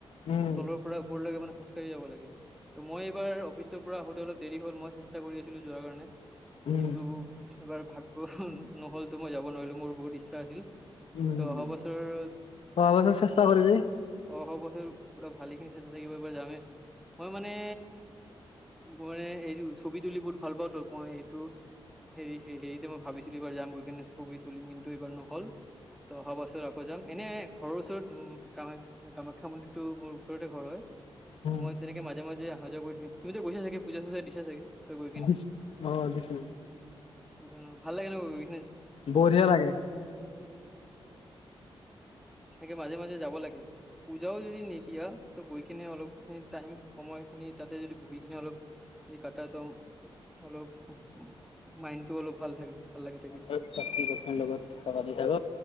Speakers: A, on the left; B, in the centre.
A: উম।
B: তলৰ পৰা ওপৰলৈকে মানে খোজকাঢ়ি যাব লাগে। ত' মই এইবাৰ অফিচৰ পৰা আহোতে অলপ দেৰি হ'ল মই চেষ্টা কৰি আছিলো যোৱাৰ কাৰণে,
A: উম
B: কিন্তু এইবাৰ ভাগ্য নহ'লতো মই যাব নোৱাৰিলো, মোৰ বহুত ইচ্ছা আছিল।
A: উম,
B: ত' অহা
A: অহা
B: বছৰ
A: বছৰ চেষ্টা কৰিবি।
B: অহা বছৰ পুৰা ভালেখিনি চেষ্টা থাকিব এইবাৰ যামেই, মই মানে মইয়ে এই‌টো ছবি তুলি বহুত ভাল পাওঁটো মই এইটো, হেৰি হে-হেৰিটো মই ভাবিছিলো এইবাৰ যাম, গৈ কেনে ছবি তুলিম কিন্তু এইবাৰ নহ'ল। ত' অহা বছৰ আকৌ যাম, এনে ঘৰৰ ওচৰত উম, কামা-কামাখ্যা মন্দিৰটো মোৰ ওচৰতে ঘৰ হয়,
A: উম
B: ত' মই তেনেকে মাজে মাজে যে অহা যোৱা কৰি থাকিম, তুমিতো গৈছা চাগে পূজা-চূজা দিছা চাগে, তাতে গৈ কিনে।
A: দিছ অ দিছো
B: <inaudible> ভাল লাগে ন গৈখিনে?
A: বঢ়িয়া লাগে।
B: সেনেকে মাজে মাজে যাব লাগে, পূজাও যদি নিদিয়া ত' গৈ কিনে অলপখিনি টাইম, সময় খিনি তাতে যদি বহি কিনে অলপ কাটা তুম অলপ উম, উম মাইণ্ডটো অলপ ভাল থাকে, ভাল লাগি থাকে।
A: <inaudible> মোৰ লগত চাবা দি থাকো,